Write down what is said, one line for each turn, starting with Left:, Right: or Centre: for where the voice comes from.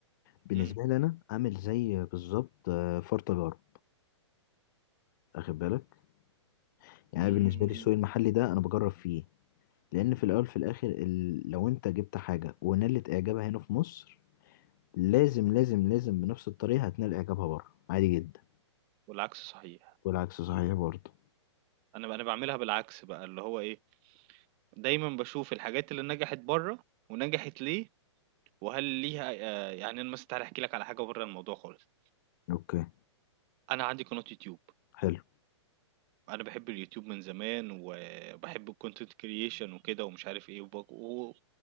Left: بالنسبه
Right: إمم،
Left: لي انا عامل زي بالظبط آه، فار تجارة واخد بالك يعني
Right: إمم.
Left: بالنسبه لي السوق المحلي ده انا بجرب فيه لان في الاول في الاخر ال- لو انت جبت حاجه ونالت اعجابها هنا في مصر لازم لازم لازم بنفس الطريقة هتنال إعجابها بره عادي جدا
Right: والعكس صحيح.
Left: والعكس صحيح برضه
Right: أنا ب أنا باعملها بالعكس بقى، اللي هو إيه، دايمًا باشوف الحاجات اللي نجحت برّه ونجحت ليه، وهل ليها آآ يعني أنا مثلًا تعالَ أحكي لك على حاجة برّه الموضوع خالص،
Left: أوكي
Right: أنا عندي قناة يوتيوب،
Left: حلو
Right: أنا باحب اليوتيوب من زمان وباحب الcontent creation وكده ومش عارف إيه وباك و